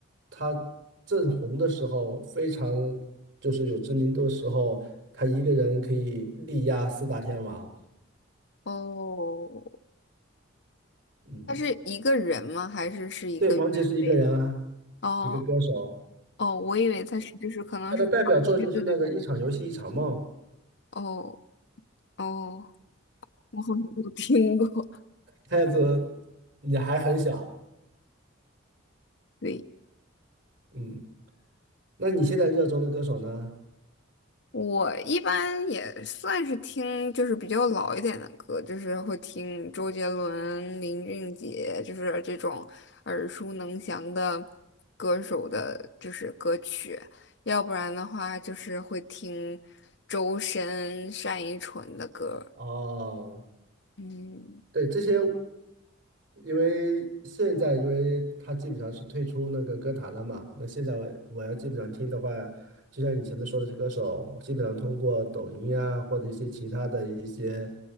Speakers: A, on the right; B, on the left.
A: 他正红的时候，非常就是有知名度的时候，他一个人可以力压四大天王。
B: 哦，
A: 嗯，
B: 他是一个人吗？还是是一个乐队？
A: 对，王杰是一个人啊，
B: 哦
A: 一个歌手，
B: 哦，我以为他是就是可能是，
A: 他的代表作就是那个《一场游戏一场梦》。
B: 对对对，哦哦，我好像没有听过。
A: 看样子你还很小，
B: 对。
A: 嗯，那你现在热衷的歌手呢？
B: 我一般也算是听，就是比较老一点的歌，就是会听周杰伦、林俊杰，就是这种耳熟能详的歌手的，就是歌曲。要不然的话，就是会听周深、单依纯的歌。
A: 哦。
B: 嗯，
A: 对，这些，因为现在因为他基本上是退出那个歌坛了嘛，那现在我我要基本上听的话，就像你前面说的，这歌手基本上通过抖音啊或者一些其他的一些